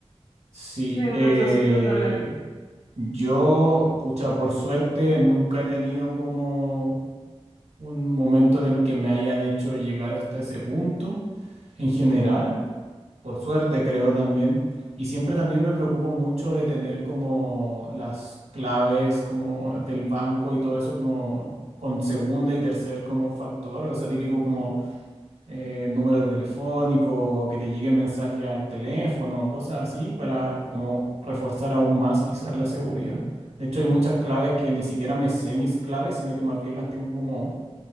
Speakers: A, on the right; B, on the left.
A: Sí,
B: sí, unos
A: eh,
B: 200 dólares.
A: yo, pucha, por suerte, nunca he tenido como un momento en el que me hayan hecho llegar hasta ese punto en general. por suerte creo también. Y siempre también me preocupo mucho de tener como las claves como del banco y todo eso como con segunda y tercer como factor, o sea, típico como eh, el número telefónico o que te llegue mensaje al teléfono, cosas así, para como reforzar aún más quizás la seguridad. De hecho, hay muchas claves que ni siquiera me sé mis claves, sino que más bien las tengo como